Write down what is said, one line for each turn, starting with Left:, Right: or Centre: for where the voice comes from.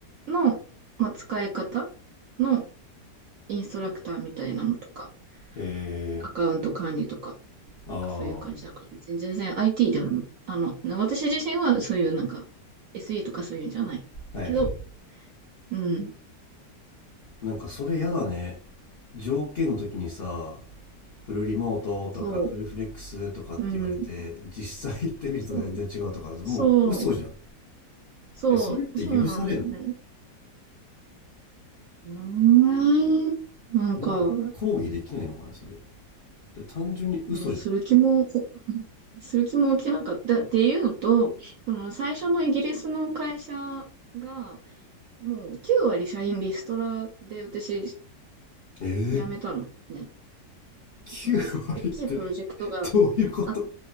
Right: の、まあ、使い方のインストラクターみたいなのとか、
Left: え
Right: アカウント管理とか、
Left: ー、
Right: なんかそういう感じだから、
Left: ああ、は
Right: 全全然 IT では、あの、私自身はそういうなんか SE とかそういうんじゃないけど、
Left: いはい。
Right: うん、
Left: なんかそれやだね。条件の時にさ、フルリモートとかフルフレックスとかって言われて、
Right: そう、うん、
Left: 実際行ってみると全然違うとか、
Right: そう、
Left: もう嘘じゃん。
Right: そう、
Left: い
Right: そう、
Left: や、それって許されんの
Right: そうなんだよね。うーん、なんか、
Left: なんか抗議できないのかね、それ。で単純に嘘じ
Right: もうする気も、する気も起きなかったっていうのと、その最初のイギリスの会社が、もう9割社員リストラで私
Left: ゃん。
Right: 辞めたのね。
Left: ええ9割って
Right: その、大きいプロジェクトが
Left: どういうこと
Right: あっ、